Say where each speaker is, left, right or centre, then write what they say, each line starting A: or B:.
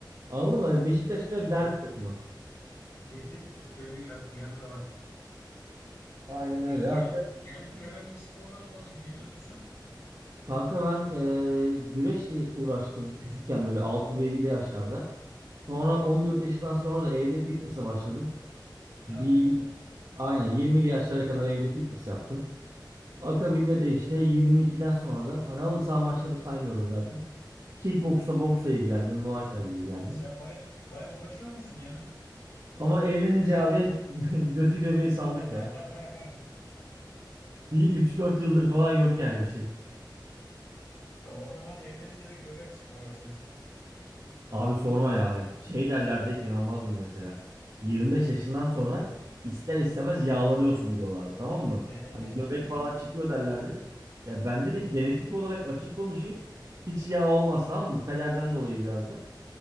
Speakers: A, on the right; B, on the left.
A: Anladın mı? Hani Beşiktaş biraz
B: Evet.
A: derbi takımı.
B: Kesin evet, öyle bir ya- yanı da var.
A: Aynen öyle
B: Peki
A: ya.
B: kend- kendin herhangi bir sporla falan ilgileniyor musun?
A: Kanka ben eee güreşle uğraştım küçükken böyle 6'lı 7'li yaşlarda. Sonra 14 yaşından sonra da evde fitness'a başladım.
B: Ha
A: Bir
B: ne güzel.
A: aynen 20'li yaşlara kadar evde fitness yaptım. Akabinde de işte 22'den sonra da hani halı saha maçlarını saymıyorum zaten. Kickboksla boksla ilgilendim, Muay Thai ile ilgilendim.
B: Oğlum sen baya baya uğraşıyormuşsun ya.
A: Ama evlenince abi <laughs> götü göbeği saldık
B: <laughs>
A: ya. Bir üç dört yıldır falan yok yani bir şey.
B: O zaman evlenince de göbek çıkmaya başlamıştır.
A: Abi sorma ya. Şey derlerdi hep inanmazdım mesela. 25 yaşından sonra ister istemez yağlanıyorsun diyorlardı tamam mı?
B: Evet
A: Hani
B: evet.
A: göbek
B: Öyle.
A: falan çıkıyor derlerdi. Ya bende de genetik olarak açık konuşayım. Hiç yağ olmaz tamam mı? Pederden dolayı biraz da.